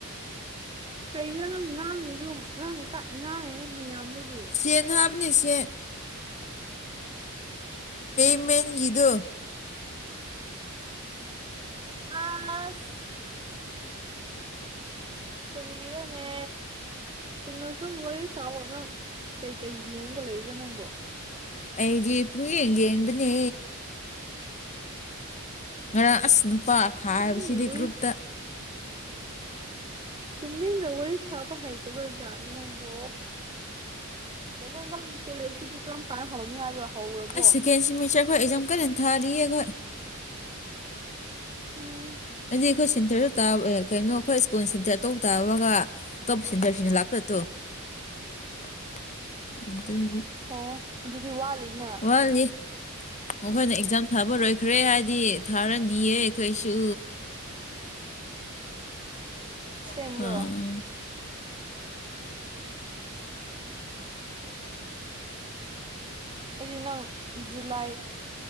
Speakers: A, on the right; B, on the left.
A: ꯀꯩꯗꯣ ꯅꯪ ꯉꯥꯡꯉꯤꯔꯣ ꯅꯪ ꯉꯥꯡꯉꯤꯔꯥ ꯃꯌꯥꯝꯗꯨꯕꯨ
B: ꯁꯦꯠ ꯍꯥꯏꯕꯅꯦ ꯁꯦꯠ ꯄꯦꯃꯦꯟ ꯌꯦꯗ
A: ꯑꯁ ꯀꯔꯣꯅꯦ ꯆꯨꯝꯅꯁꯨꯨꯝ ꯌꯥꯔꯦ ꯁꯥꯎ ꯅꯪ ꯀꯩꯀꯩ ꯌꯦꯡꯒ ꯂꯩꯕ꯭ꯔꯥ ꯅꯪꯕꯣ
B: ꯑꯩꯗꯤ ꯄꯨꯛꯅꯤꯡ ꯌꯦꯡꯕꯅꯦ ꯉꯔꯥꯡ ꯑꯁ ꯅꯨꯄꯥ ꯈꯥꯏꯕꯁꯤꯗꯤ
A: ꯇꯨꯃꯤꯟꯅ ꯋꯥꯔꯤ
B: ꯒ꯭ꯔꯨꯞꯇ
A: ꯇꯨꯃꯤꯟꯅ ꯋꯥꯔꯤ ꯁꯥꯕ ꯍꯩꯇꯕ꯭ꯔꯖꯥꯠꯅ ꯅꯪꯕꯣ ꯀꯩꯅꯣ ꯅꯪ ꯀꯣꯂꯦꯖꯇꯨꯕꯨ ꯀꯔꯝ ꯀꯥꯟꯅ ꯍꯧꯅꯤ ꯍꯥꯏꯕ꯭ꯔꯣ ꯍꯧꯔꯕꯣ
B: ꯁꯦꯀꯦꯟ ꯁꯤꯃꯤꯁꯇꯔ ꯒꯤ ꯑꯦꯛꯖꯥꯝ ꯀꯟꯅꯥ ꯊꯔꯤꯌꯦ ꯑꯈꯣꯏ
A: ꯎꯝ
B: ꯍꯥꯏꯗꯤ ꯑꯩꯈꯣꯏ ꯁꯦꯟꯇꯔꯗ ꯇꯥ ꯀꯩꯅꯣ ꯑꯩꯈꯣꯏ ꯁ꯭ꯀꯨꯜꯇ ꯑꯇꯣꯞꯄ ꯇꯥꯑꯒ ꯑꯇꯣꯞꯄ ꯁꯤꯗꯔꯁꯤꯅ ꯂꯥꯛꯄꯗꯠꯇꯣ <unintelligible>
A: ꯑꯣ ꯑꯗꯨꯗꯤ ꯋꯥꯠꯂꯤꯅ
B: ꯌꯠꯂꯤ ꯃꯈꯣꯏꯅ ꯑꯦꯛꯖꯥꯝ ꯊꯥꯕ ꯂꯣꯏꯈ꯭ꯔꯦ ꯍꯥꯏꯗꯤ ꯊꯥꯔꯅꯤꯌꯦ ꯑꯩꯈꯣꯏꯁꯨ <unintelligible>
A: ꯁꯦꯝꯕ꯭ꯔꯣ ꯑꯩꯗꯤ ꯅꯪ ꯖꯨꯂꯥꯏ